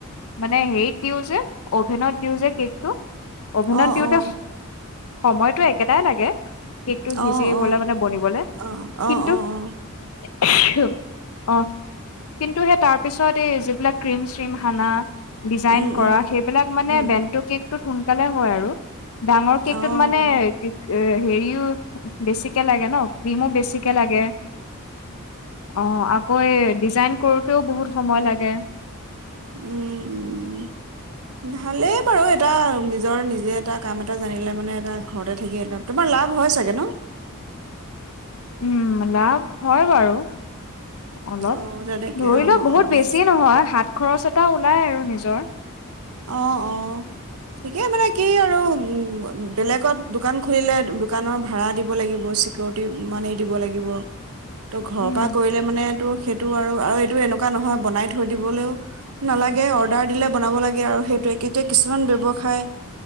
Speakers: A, on the left (about 75°); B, on the right (about 85°).
A: মানে হেৰিত দিও যে অভেনত দিওঁ যে কেকটো অভেনত
B: অ',
A: দিওঁতে
B: অ',
A: সময়তো একেটাই লাগে কেকটো সিজিবলে
B: অ', অ',
A: মানে বনিবলে
B: অ', অ',
A: কিন্তু
B: অ', অ',
A: <unintelligible> অ', কিন্তু সেই তাৰ পিছত এই যিবিলাক ক্ৰীম- চ্ৰীম হানা ডিজাইন
B: উম,
A: কৰা
B: উম,
A: সেইবিলাক মানে
B: উম,
A: বেণ্টো কেকটোত সোনকালে হয় আৰু। ডাঙৰ কেকটোত
B: অ',
A: মানে <unintelligible> হেৰিও বেছি লাগে ন' ক্ৰীমো বেছিকে লাগে অ', আকৌ আকৌ এ' ডিজাইন কৰোঁতেও বহুত সময় লাগে।
B: উম - উম ভালেই বাৰু এটা নিজৰ নিজে এটা কাম এটা জানিলে মানে এটা ঘৰতে থাকি তোমাৰ লাভ হয় চাগে ন'?
A: উম, লাভ হয় বাৰু। অলপ
B: অ', তেনেকে
A: ধৰিলোও
B: অ',
A: বহুত
B: অ',
A: বেছি নহয় হাত খৰচ এটা ওলাই আৰু নিজৰ।
B: অহ - অহ ঠিকে মানে কি আৰু উম বেলেগত দোকান খুলিলে দোকানৰ ভাড়া দিব লাগিব চিকৰিটি মানি দিব লাগিব ত' ঘৰৰ
A: উম
B: পৰা কৰিলে মানে তোৰ সেইটো আৰু আৰু এইটো এনেকুৱা নহয় বনাই থৈ দিবলৈও নালাগে অৰ্ডাৰ দিলে বনাব লাগে আৰু সেইটোযাৰ তেতিয়া কিছুমান ব্যৱসায়